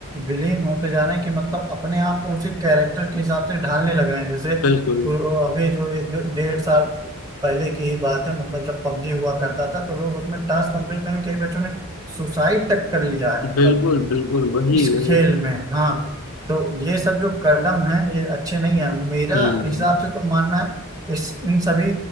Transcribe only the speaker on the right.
विलीन होते जा रहे हैं कि मतलब अपने आप को उसी कैरेक्टर के हिसाब से ढालने लग रहे हैं जैसे
वो अभी जो एक दो- डेढ़ साल पहले की ही बात है मतलब जब पबजी हुआ करता था तो लोग उसमें टास्क कंप्लीट करने कई बच्चों ने सुसाइड तक कर लिया है मतलब
इस
खेल में हाँ तो ये सब जो कदम है ये अच्छे नहीं है मेरा
हिसाब से तो मानना है इस इन सभी